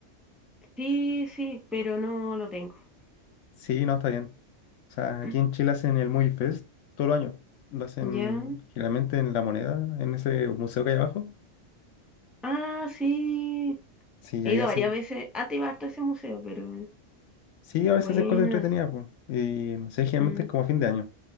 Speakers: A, in the centre; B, on the left.
A: Sí, sí, pero no lo tengo.
B: Sí, no, está bien. O sea, aquí
A: <clears throat>
B: en Chile hacen el Movie Fest todo el año. Lo hacen
A: ¿Ya?
B: generalmente en La Moneda, en ese museo que hay abajo.
A: Ah, sí.
B: Sí,
A: He
B: ahí
A: ido
B: hacen.
A: varias veces. Ah, te iba harto a ese museo, pero eh,
B: Sí, a veces
A: buena.
B: hacen cosas entretenidas, pues. Y no sé, generalmente
A: Mm,
B: es como a fin de año.